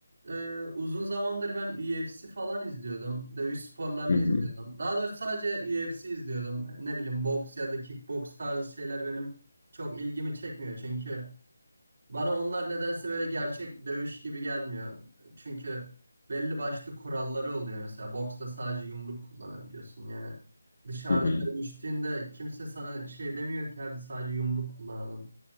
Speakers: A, on the right; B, on the left.
A: e, uzun zamandır ben UFC falan izliyordum. Dövüş sporlarını
B: Hı hı.
A: izliyordum. Daha doğrusu sadece UFC izliyordum. Ne bileyim boks ya da kickboks tarzı şeyler benim çok ilgimi çekmiyor. Çünkü bana onlar nedense böyle gerçek dövüş gibi gelmiyor. Çünkü belli başlı kuralları oluyor. Mesela boksta sadece yumruk kullanabiliyorsun. Yani dışarıda
B: Hı hı.
A: dövüştüğünde kimse sana şey demiyor ki hadi sadece yumruk kullanalım.